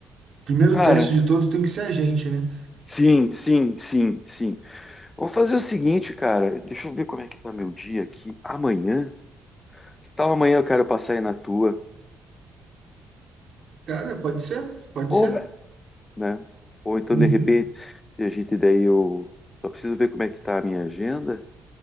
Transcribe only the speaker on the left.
Cara,
sim, sim, sim, sim. Vamos fazer o seguinte, cara. Deixa eu ver como é que tá meu dia aqui. Amanhã? Que tal amanhã eu quero passar aí na tua?
Ou
né? Ou então,
de repente, a gente daí eu só preciso ver como é que tá a minha agenda,